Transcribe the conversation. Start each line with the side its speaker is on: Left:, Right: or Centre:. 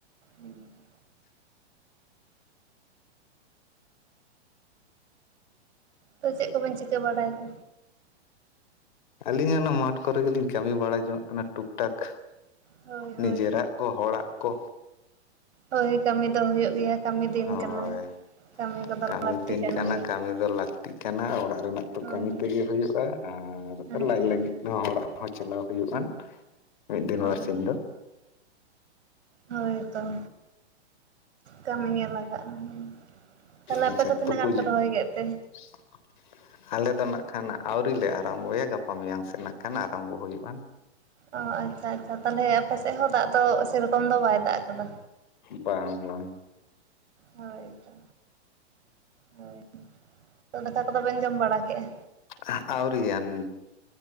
Right: ᱦᱮᱸ <unintelligible> ᱛᱚ ᱪᱮᱫ ᱠᱚ ᱵᱤᱱ ᱪᱤᱠᱟᱹ ᱵᱟᱲᱟᱭᱮᱫᱟ?
Left: ᱟᱹᱞᱤᱧᱟᱜ ᱚᱱᱟ ᱢᱟᱴᱷ ᱠᱚᱨᱮ ᱜᱮᱞᱤᱧ ᱠᱟᱹᱢᱤ ᱵᱟᱲᱟ ᱡᱚᱝᱟᱜ ᱠᱟᱱᱟ ᱴᱩᱠ ᱴᱟᱠ।
Right: ᱦᱳᱭ
Left: ᱱᱤᱡᱮᱨᱟᱜ
Right: ᱦᱳᱭ
Left: ᱠᱚ, ᱦᱚᱲᱟᱜ ᱠᱚ।
Right: ᱦᱳᱭ ᱠᱟᱹᱢᱤ ᱫᱚ ᱦᱳᱭᱳᱜ ᱜᱮᱭᱟ। ᱠᱟᱹᱢᱤ ᱫᱤᱱ
Left: ᱦᱳᱭ
Right: ᱠᱟᱱᱟ। ᱠᱟᱹᱢᱤ ᱠᱚᱫᱚ
Left: ᱠᱟᱹᱢᱤ
Right: ᱞᱟᱹᱠᱛᱤ
Left: ᱫᱤᱱ
Right: ᱠᱟᱱ
Left: ᱠᱟᱱᱟ।
Right: ᱜᱮᱭᱟ
Left: ᱠᱟᱹᱢᱤ ᱫᱚ ᱞᱟᱹᱠᱛᱤᱜ ᱠᱟᱱᱟ। ᱚᱲᱟᱜ ᱨᱮᱱᱟᱜ ᱛᱚ
Right: ᱦᱳᱭ
Left: ᱠᱟᱹᱢᱤ ᱛᱮᱜᱮ ᱦᱩᱭᱩᱜᱼᱟ।
Right: ᱦᱳᱭ
Left: ᱟᱨ ᱞᱟᱡ
Right: ᱦᱮᱸ ᱦᱮᱸ
Left: ᱞᱟᱹᱜᱤᱫ ᱦᱚᱸ ᱦᱚᱲᱟᱜ ᱦᱚᱸ ᱪᱟᱞᱟᱣ ᱦᱩᱭᱩᱜᱼᱟ। ᱢᱤᱫ ᱫᱤᱱ
Right: ᱦᱳᱭ
Left: ᱵᱟᱨ ᱥᱤᱧ ᱫᱚ।
Right: ᱦᱳᱭ ᱛᱚ। ᱠᱟᱹᱢᱤ ᱜᱮ ᱞᱟᱜᱟᱜᱼᱟ। ᱛᱟᱦᱟᱞᱮ ᱟᱯᱮ
Left: ᱟᱪᱪᱷᱟ
Right: ᱫᱚ ᱛᱤᱱᱟᱹᱜ
Left: ᱛᱩᱯᱩ
Right: ᱜᱟᱱ ᱯᱮ ᱨᱚᱦᱚᱭ ᱠᱮᱫ ᱛᱮ?
Left: <unintelligible> ᱟᱞᱮ ᱫᱚ ᱱᱟᱜ ᱠᱷᱟᱱ ᱟᱹᱣᱨᱤ ᱞᱮ ᱟᱨᱟᱢᱵᱚᱭᱟ। ᱜᱟᱯᱟ ᱢᱮᱭᱟᱝ ᱥᱮᱫ ᱱᱟᱜ ᱠᱷᱟᱱ ᱟᱨᱟᱢᱵᱚ ᱦᱩᱭᱩᱜᱼᱟ।
Right: ᱚ ᱟᱪᱪᱷᱟ ᱟᱪᱪᱷᱟ। ᱛᱟᱞᱦᱮ ᱟᱯᱮᱥᱮᱫ ᱦᱚᱸ ᱫᱟᱜ ᱫᱚ ᱥᱮᱨᱚᱠᱚᱢ ᱫᱚ ᱵᱟᱭ ᱫᱟᱜ ᱟᱠᱟᱫᱟ?
Left: ᱵᱟᱝ ᱵᱟᱝ।
Right: ᱦᱳᱭᱛᱚ᱾ ᱦᱳᱭ। ᱛᱚ ᱫᱟᱠᱟ ᱠᱚᱫᱚ ᱵᱮᱱ ᱡᱚᱢ ᱵᱟᱲᱟ ᱠᱮᱜᱼᱟ?
Left: <inaudible> ᱟᱹᱣᱨᱤ ᱭᱟᱱ।